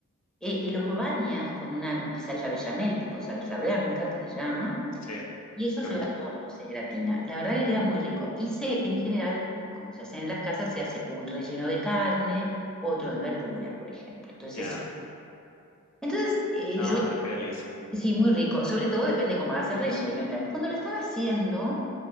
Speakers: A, in the centre; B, on the left (about 60°).
A: y los bañas con una salsa bechamel, tipo salsa blanca, que se llama,
B: Sí,
A: y eso
B: qué
A: se
B: rico.
A: va al horno y se gratina. La verdad que queda muy rico. Y se, en general, cuando se hacen en las casas, se hace un relleno de carne, otro de verdura, por ejemplo. Entonces,
B: Ya.
A: entonces eh,
B: No,
A: yo...
B: hombre, qué delicia.
A: Sí, muy rico. Sobre todo depende cómo hagas el relleno y tal. Pero cuando lo estaba haciendo,